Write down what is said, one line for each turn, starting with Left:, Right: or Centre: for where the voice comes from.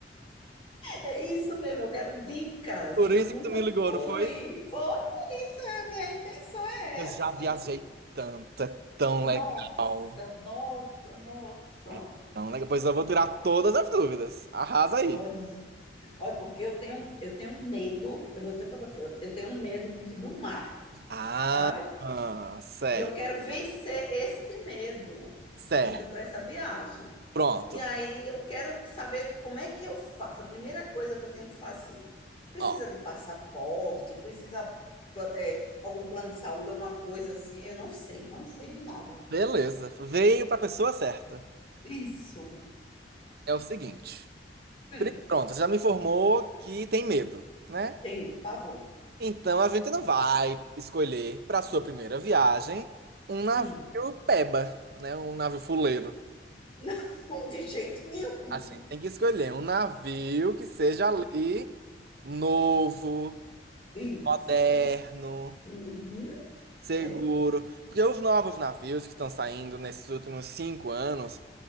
Left: É isso mesmo, eu quero dicas,
Right: Por
Left: que
Right: isso
Left: eu nunca
Right: que tu me ligou,
Left: fui.
Right: não foi?
Left: Foi, a minha intenção é
Right: Eu já
Left: essa.
Right: viajei tanto, é tão
Left: Nossa,
Right: legal.
Left: nossa, nossa.
Right: É tão legal. Pois eu vou tirar todas as dúvidas. Arrasa aí.
Left: Olha, olha, porque eu tenho, eu tenho um medo, eu vou dizer para você, eu eu tenho um medo muito do mar.
Right: Ah,
Left: sabe?
Right: ah, certo,
Left: E eu quero vencer este medo
Right: certo.
Left: indo para essa viagem.
Right: Pronto.
Left: E aí eu quero saber como é que eu faço. A primeira coisa que eu tenho que fazer. Precisa
Right: Ó,
Left: de passaporte, precisa é, algum plano de saúde, alguma coisa assim. Eu não sei, não sei de nada.
Right: beleza. Veio pra pessoa certa.
Left: Isso.
Right: É o seguinte.
Left: Hum,
Right: Pri- Pronto, você já me informou que tem medo, né?
Left: tenho pavor.
Right: Então a gente não vai escolher para sua primeira viagem um navio
Left: Hum.
Right: peba, né? Um navio fuleiro.
Left: <laughs> Não, de jeito nenhum.
Right: A gente tem que escolher um navio que seja ali novo,
Left: Isso.
Right: moderno,
Left: Uhum.
Right: seguro.
Left: É.
Right: Porque os novos navios que estão saindo nesses últimos cinco anos